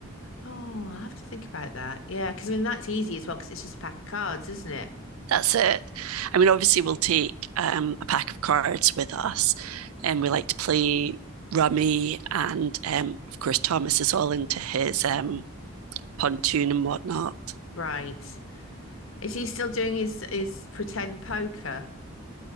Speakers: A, on the left (about 65°); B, on the right (about 80°).
A: Oh, I'll have to think about that. Yeah, because I mean that's easy as well, because it's just a pack of cards, isn't it?
B: That's it. I mean, obviously we'll take um, a pack of cards with us and we like to play rummy and um, of course Thomas is all into his um pontoon and whatnot.
A: Right. Is he still doing his his pretend poker?